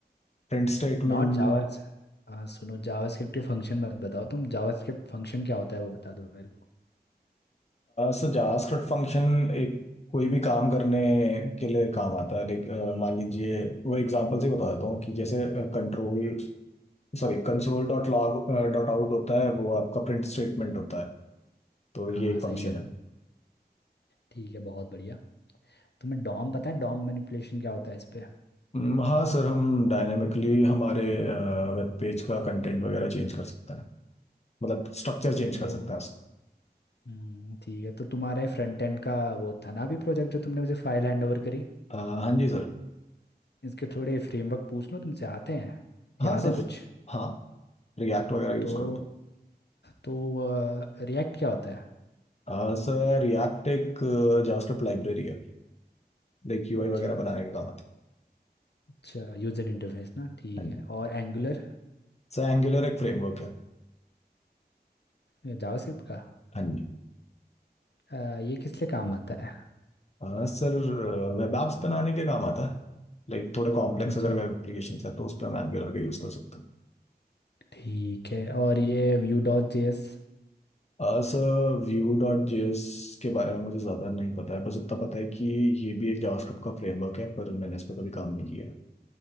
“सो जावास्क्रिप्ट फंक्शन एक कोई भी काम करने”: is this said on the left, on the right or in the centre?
Left